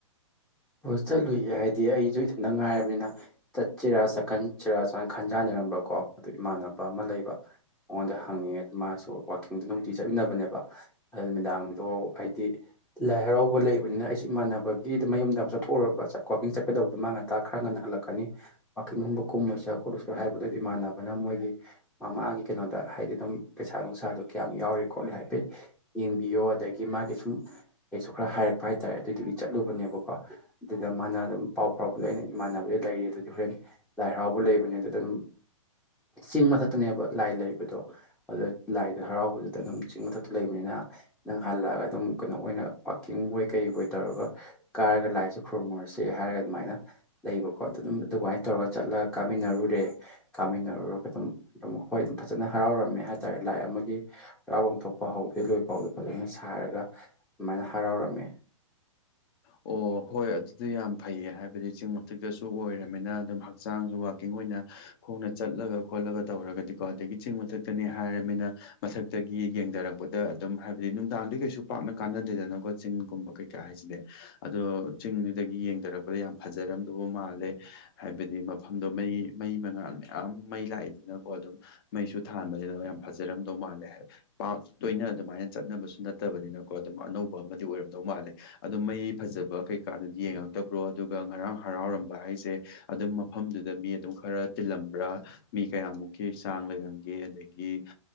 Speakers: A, in the centre; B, on the left.
A: ꯍꯣꯏ ꯆꯠꯂꯨꯏꯌꯦ ꯍꯥꯏꯗꯤ ꯑꯩꯁꯨ ꯏꯊꯟꯇ ꯉꯥꯏꯔꯕꯅꯤꯅ ꯆꯠꯁꯤꯔꯥ ꯆꯀꯟ ꯆꯔꯥ ꯁꯨꯃꯥꯏꯅ ꯈꯟꯖꯥꯟꯅꯔꯝꯕꯀꯣ ꯑꯗꯨ ꯏꯃꯥꯟꯅꯕ ꯑꯃ ꯂꯩꯕ ꯃꯉꯣꯟꯗ ꯍꯪꯉꯦ ꯑꯗꯨ ꯃꯥꯁꯨ ꯋꯥꯀꯤꯡꯗꯤ ꯅꯨꯡꯇꯤ ꯆꯠꯃꯤꯟꯅꯕꯅꯦꯕ ꯑꯗꯨ ꯅꯨꯃꯤꯗꯥꯡꯗꯣ ꯍꯥꯏꯗꯤ ꯂꯥꯏ ꯍꯔꯥꯎꯕ ꯂꯩꯕꯅꯤꯅ ꯑꯩꯁꯨ ꯏꯃꯥꯟꯅꯕꯒꯤ ꯑꯗꯨ ꯃꯌꯨꯝꯗ ꯆꯠꯊꯣꯛꯎꯔꯕ ꯋꯥꯀꯤꯡ ꯆꯠꯀꯗꯕꯗꯣ ꯃꯥ ꯉꯟꯇꯥ ꯈꯔ ꯉꯟꯅ ꯍꯜꯂꯛꯀꯅꯤ ꯋꯥꯀꯤꯡꯒꯨꯝꯕ ꯀꯨꯝꯃꯒ ꯈꯣꯠꯂꯁꯨ ꯍꯥꯏꯕꯗꯗꯤ ꯏꯃꯥꯟꯅꯕꯅ ꯃꯣꯏꯒꯤ ꯃꯃꯥꯒꯤ ꯀꯩꯅꯣꯗ ꯍꯥꯏꯗꯤ ꯑꯗꯨꯝ ꯄꯩꯁꯥ ꯅꯨꯡꯁꯥꯗꯣ ꯀꯌꯥꯝ ꯌꯥꯎꯔꯤ ꯈꯣꯠꯂꯤ ꯍꯥꯏꯐꯦꯠ ꯌꯦꯡꯕꯤꯌꯣ ꯑꯗꯒꯤ ꯃꯥꯒꯤ ꯁꯨꯝ ꯑꯩꯁꯨ ꯈꯔ ꯍꯥꯏꯔꯛꯄ ꯍꯥꯏꯇꯥꯔꯦ ꯑꯗꯨꯏꯗꯨꯒꯤ ꯆꯠꯂꯨꯕꯅꯦꯕꯀꯣ ꯑꯗꯨꯗ ꯃꯥꯅ ꯑꯗꯨꯝ ꯄꯥꯎ ꯐꯥꯎꯔꯛꯄꯗ ꯑꯩꯅ ꯏꯃꯥꯟꯅꯕꯗ ꯂꯩꯔꯤ ꯑꯗꯨꯗꯤ ꯍꯣꯔꯦꯟ ꯂꯥꯏ ꯍꯔꯥꯎꯕ ꯂꯩꯕꯅꯦ ꯑꯗꯨꯗ ꯑꯗꯨꯝ ꯆꯦꯡ ꯃꯊꯛꯇꯅꯦꯕ ꯂꯥꯏ ꯂꯩꯕꯗꯣ ꯑꯗꯨꯗ ꯂꯥꯏꯗ ꯍꯔꯥꯎꯕꯗꯨꯗ ꯑꯗꯨꯝ ꯆꯤꯡ ꯃꯊꯛꯇ ꯂꯩꯕꯅꯤꯅ ꯅꯪ ꯍꯜꯂꯛꯑꯒ ꯑꯗꯨꯝ ꯀꯩꯅꯣ ꯑꯣꯏꯅ ꯋꯥꯛꯀꯤꯡꯕꯣꯏ ꯀꯩ ꯍꯣꯏ ꯇꯧꯔꯒ ꯀꯥꯔꯒ ꯂꯥꯏꯁꯦ ꯈꯨꯔꯨꯝꯃꯔꯁꯦ ꯍꯥꯏꯔꯒ ꯑꯗꯨꯃꯥꯏꯅ ꯂꯩꯕꯀꯣ ꯑꯗꯨ ꯑꯗꯨꯝ ꯑꯗꯨꯃꯥꯏꯅ ꯇꯧꯔꯒ ꯆꯠꯂ ꯀꯥꯞꯃꯤꯟꯅꯔꯨꯔꯦ ꯀꯥꯃꯤꯟꯅꯔꯨꯔꯒ ꯑꯗꯨꯝ ꯑꯗꯨꯝ ꯍꯣꯏ ꯑꯗꯨꯝ ꯐꯖꯅ ꯍꯔꯥꯎꯔꯝꯃꯦ ꯍꯥꯏꯇꯥꯔꯦ ꯂꯥꯏ ꯑꯃꯒꯤ ꯍꯔꯥꯎꯐꯝ ꯊꯣꯛꯄ ꯍꯧꯗꯦ ꯂꯣꯏ ꯄꯥꯎꯗ ꯐꯖꯅ ꯁꯥꯔꯒ ꯑꯗꯨꯃꯥꯏꯅ ꯍꯔꯥꯎꯔꯝꯃꯦ
B: ꯑꯣ ꯍꯣꯏ ꯑꯗꯨꯗꯤ ꯌꯥꯝ ꯐꯩꯌꯦ ꯍꯥꯏꯕꯗꯤ ꯆꯤꯡ ꯃꯊꯛꯇꯁꯨ ꯑꯣꯏꯔꯕꯃꯤꯅ ꯑꯗꯨꯝ ꯍꯛꯆꯥꯡꯁꯨ ꯋꯥꯛꯀꯤꯡ ꯑꯣꯏꯅ ꯈꯣꯡꯅ ꯆꯠꯂꯒ ꯈꯣꯠꯂꯒ ꯇꯧꯔꯒꯗꯤꯀꯣ ꯑꯗꯒꯤ ꯆꯤꯡ ꯃꯊꯛꯇꯅꯤ ꯍꯥꯏꯔꯃꯤꯅ ꯃꯊꯛꯇꯒꯤ ꯌꯦꯡꯊꯔꯛꯄꯗ ꯑꯗꯨꯝ ꯍꯥꯏꯕꯗꯤ ꯅꯨꯡꯗꯥꯡꯗꯨ ꯀꯩꯁꯨ ꯄꯥꯛꯅ ꯀꯥꯟꯅꯗꯦꯗꯅꯀꯣ ꯆꯤꯡꯒꯨꯝꯕ ꯀꯩꯀꯥ ꯍꯥꯏꯁꯤꯗꯤ ꯑꯗꯣ ꯆꯤꯡꯗꯨꯗꯒꯤ ꯌꯦꯡꯊꯔꯛꯄꯗ ꯌꯥꯝ ꯐꯖꯔꯝꯗꯕ ꯃꯥꯜꯂꯦ ꯍꯥꯏꯕꯗꯤ ꯃꯐꯝꯗꯣ ꯃꯩ ꯃꯩ ꯃꯉꯥꯜ ꯃꯌꯥꯝ ꯃꯩ ꯂꯥꯛꯏꯗꯅꯀꯣ ꯑꯗꯨꯝ ꯃꯩꯁꯨ ꯊꯥꯟꯕꯅꯤꯅ ꯌꯥꯝ ꯐꯖꯔꯝꯗꯧ ꯃꯥꯜꯂꯦ ꯍꯥꯏ ꯄꯥꯛ ꯇꯣꯏꯅ ꯑꯗꯨꯃꯥꯏꯅ ꯆꯠꯅꯕꯁꯨ ꯅꯠꯇꯕꯅꯤꯅꯀꯣ ꯑꯗꯨꯝ ꯑꯅꯧꯕ ꯑꯃꯗꯤ ꯑꯣꯏꯔꯝꯗꯧ ꯃꯥꯜꯂꯦ ꯑꯗꯨꯝ ꯃꯩ ꯐꯖꯕ ꯀꯩꯀꯥꯗꯨꯗꯤ ꯌꯦꯡꯉꯛꯇꯕ꯭ꯔꯣ ꯑꯗꯨꯒ ꯉꯔꯥꯡ ꯍꯔꯥꯎꯔꯝꯕ ꯍꯥꯏꯁꯦ ꯑꯗꯨꯝ ꯃꯐꯝꯗꯨꯗ ꯃꯤ ꯑꯗꯨꯝ ꯈꯔ ꯇꯤꯜꯂꯝꯕ꯭ꯔꯥ ꯃꯤ ꯀꯌꯥꯃꯨꯛꯀꯤ ꯆꯥꯡ ꯂꯩꯔꯝꯒꯦ ꯑꯗꯒꯤ